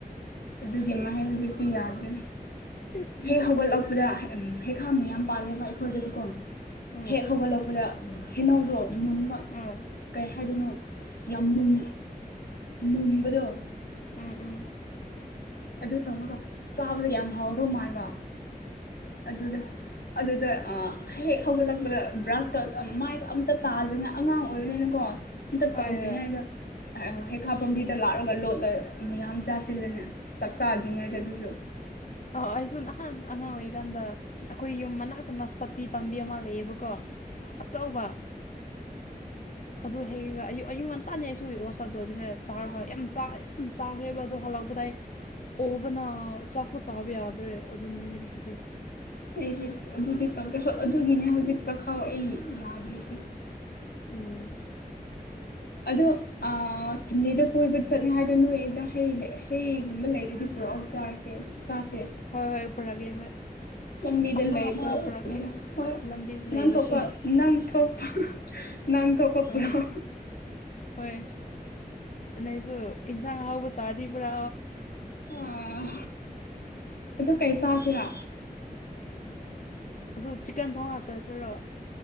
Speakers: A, on the left; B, on the left.
A: ꯑꯗꯨꯒꯤ ꯃꯍꯩ ꯍꯧꯖꯤꯛꯇꯤ ꯌꯥꯗ꯭ꯔꯦ
B: ꯎꯝ
A: ꯍꯦꯛ ꯍꯧꯒꯠꯂꯛꯄꯗ ꯍꯦꯈꯥ ꯃꯌꯥꯝ ꯄꯥꯜꯂꯦꯕ ꯑꯩꯈꯣꯏꯗꯗꯤꯀꯣ
B: ꯎꯝ
A: ꯍꯦꯛ ꯍꯧꯒꯠꯂꯛꯄꯗ ꯍꯩꯅꯎꯗꯣ ꯃꯨꯟꯕ
B: ꯎꯝ
A: ꯀꯩ ꯍꯥꯏꯗꯣꯏꯅꯣ ꯌꯥꯝ ꯂꯨꯝ ꯃꯨꯝꯕꯗ
B: ꯎꯝ ꯎꯝ
A: ꯑꯗꯨ ꯇꯧꯔꯒ ꯆꯥꯕꯗ ꯌꯥꯝ ꯍꯥꯎꯗꯧ ꯃꯕ ꯑꯗꯨꯗ ꯑꯗꯨꯗꯗ ꯑ ꯍꯦꯛ ꯍꯧꯒꯠꯂꯛꯄꯗ ꯕ꯭ꯔꯁꯀ ꯃꯥꯏꯗꯣ ꯑꯝꯇ ꯇꯥꯗꯅ ꯑꯉꯥꯡ ꯑꯣꯏꯕꯅꯤꯅꯀꯣ ꯑꯝꯇ
B: ꯍꯣꯏ
A: ꯇꯧꯗ꯭ꯔꯤꯉꯩꯗ
B: ꯍꯣꯏ
A: ꯍꯩꯈꯥ ꯄꯥꯝꯕꯤꯗ ꯂꯥꯛꯂꯒ ꯂꯣꯠꯂ ꯃꯌꯥꯝ ꯆꯥꯁꯤꯜꯂꯅꯦ ꯆꯥꯛ ꯆꯥꯗ꯭ꯔꯤꯉꯩꯗ ꯑꯗꯨꯁꯨ
B: ꯑꯥ ꯑꯩ ꯁꯨꯝꯝ ꯅꯍꯥꯟ ꯑꯉꯥꯡ ꯑꯣꯏꯔꯤꯀꯥꯟꯗ ꯑꯩꯈꯣꯏ ꯌꯨꯝ ꯃꯅꯥꯛꯇ ꯅꯥꯁꯄꯇꯤ ꯄꯥꯝꯕꯤ ꯑꯃ ꯂꯩꯌꯦꯕꯀꯣ
A: ꯑꯥ
B: ꯑꯆꯧꯕ ꯑꯗꯨ ꯍꯌꯦꯡ ꯑꯨꯛ ꯑꯌꯨꯛ ꯉꯟꯇꯥꯅꯦ ꯑꯩꯁꯨ ꯋꯥꯆꯞ ꯇꯧꯔꯤꯉꯗ ꯆꯥꯔꯒ
A: ꯑꯥ
B: ꯌꯥꯝ ꯌꯥꯝ ꯆꯥꯈ꯭ꯔꯦꯕ ꯑꯗꯣ ꯍꯜꯂꯛꯄꯗ ꯑꯩ ꯑꯣꯕꯅ ꯆꯥꯛꯐꯨ ꯆꯥꯕ ꯌꯥꯗ꯭ꯔꯦ ꯑꯗꯨ ꯅꯨꯃꯤꯠꯗꯨꯕꯨꯗꯤ
A: ꯑꯩꯁꯦ ꯑꯗꯨꯗꯤ ꯇꯧꯦ ꯑꯗꯨꯒꯤꯅꯦ ꯍꯧꯖꯤꯛ ꯆꯈꯥꯎ ꯑꯩ ꯌꯥꯗ꯭ꯔꯤꯁꯦ
B: ꯎꯝ
A: ꯑꯗꯣ ꯁꯟꯗꯦꯗ ꯀꯣꯏꯕ ꯆꯠꯅꯤ ꯍꯥꯏꯗꯣ ꯅꯣꯏꯗ ꯍꯩ ꯍꯩꯒꯨꯝꯕ ꯂꯩꯔꯗꯤ ꯄꯨꯔꯥꯎ ꯆꯁꯦ ꯆꯥꯁꯦ
B: ꯍꯣꯏ ꯍꯣꯏ ꯄꯨꯔꯥꯒꯦ ꯍꯣꯏ
A: ꯂꯝꯕꯤꯗ
B: ꯑꯐꯪ
A: ꯂꯩꯕ
B: ꯑꯐꯪꯕ ꯄꯨꯔꯛꯀꯦ
A: ꯍꯣꯏ
B: ꯂꯝꯕꯤꯗ ꯂꯩꯕꯁꯨ
A: ꯅꯪ ꯊꯣꯛꯄ ꯅꯪ ꯊꯣꯛꯄ ꯅꯪꯊꯣꯛ ꯀ ꯄꯨꯔꯣ
B: ꯑꯥ ꯍꯣꯏ ꯑꯗꯩꯁꯨ ꯏꯟꯁꯥꯡ ꯑꯍꯥꯎꯕ ꯆꯥꯔꯗꯤ ꯄꯨꯔꯥ
A: ꯑꯣ ꯑꯗꯨ ꯀꯩ ꯆꯥꯁꯤꯔ
B: ꯑꯗꯨꯣ ꯆꯤꯛꯀꯟ ꯊꯧꯅꯥ ꯆꯠꯁꯤꯔꯣ